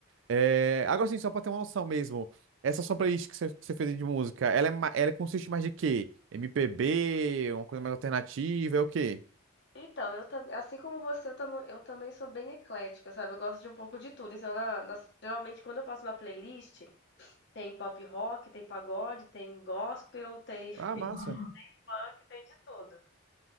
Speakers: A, on the right; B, on the left.
A: É, agora sim, só pra ter uma noção mesmo, essa sua playlist que você que você fez de música, ela, é, ma- ela consiste mais de quê? MPB, uma coisa mais alternativa, é o quê?
B: Então, eu também, assim como você, eu, tamo- eu também sou bem eclética, sabe? Eu gosto de um pouco de tudo. Então, na- nas- geralmente, quando eu faço uma playlist, tem pop rock, tem pagode, tem gospel, tem <laughs>
A: Ah, massa.
B: funk, tem de tudo.